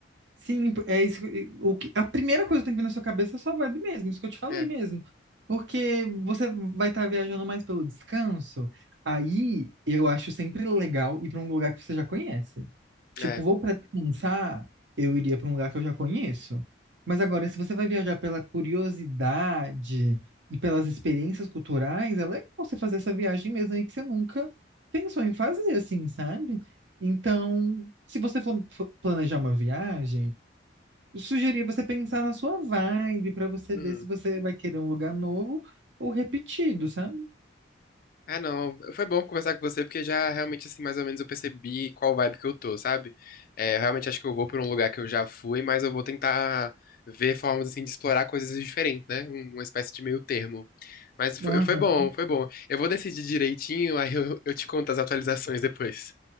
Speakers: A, on the right; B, on the left.
A: Sim, é isso. que- O que, a primeira coisa que tem que vir na sua cabeça é sua vibe mesmo, isso que eu te falei
B: É,
A: mesmo. Porque você vai estar viajando mais pelo descanso. Aí eu acho sempre legal ir para um lugar que você já conhece. Tipo,
B: é.
A: vou para descansar, eu iria para um lugar que eu já conheço. Mas agora, se você vai viajar pela curiosidade e pelas experiências culturais, é legal você fazer essa viagem mesmo aí que você nunca pensou em fazer, assim, sabe? Então, se você for for planejar uma viagem. Sugerir você pensar na sua vibe para você
B: Uhum.
A: ver se você vai querer um lugar novo ou repetido, sabe?
B: Ah, não, foi bom conversar com você, porque já realmente, assim, mais ou menos eu percebi qual vibe que eu tô, sabe? É, eu realmente acho que eu vou pra um lugar que eu já fui, mas eu vou tentar ver formas, assim, de explorar coisas diferentes, né? Um- Uma espécie de meio termo. Mas foi,
A: Aham.
B: foi bom, foi bom. Eu vou decidir direitinho, aí eu, eu te conto as atualizações depois.